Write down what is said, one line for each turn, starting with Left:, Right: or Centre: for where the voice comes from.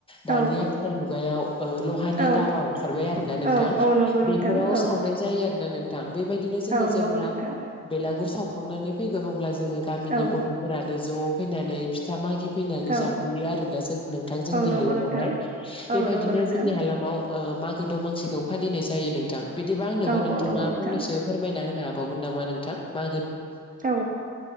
Left: दानि
Right: औ
Left: आथिखाल मुगायाव ओ लहानि
Right: औ
Left: थावायाव ओंखारबाय आरोना नोंथां
Right: औ औ नंगौ नोंथां
Left: फोराव
Right: औ
Left: सावनाय जायो आरोना नोंथां बेबायदिनो जोङो
Right: औ
Left: जेब्ला
Right: नंगौ नोंथां
Left: बेलागुर साव सखांनानै फैगोन अब्ला जोङो गामिनि
Right: औ
Left: गथ'फोरानो ज' फैनानै फिथा मागि फैनानै
Right: औ
Left: जाफैयो आरोना जों नोंथां जोंनि
Right: औ नंगौ
Left: हालामावहाय
Right: नोंथां
Left: बेबायदिनो
Right: औ नंगौ नोंथां
Left: जोंनि हालामाव मागो दमासिखौ फालिनाय जायो नोंथां बिदिबा आंनोबो
Right: औ
Left: नोंथाङा
Right: औ नंगौ नोंथां
Left: फंनैसो फोरमायना होनो मावगोन नामा नोंथां मा
Right: औ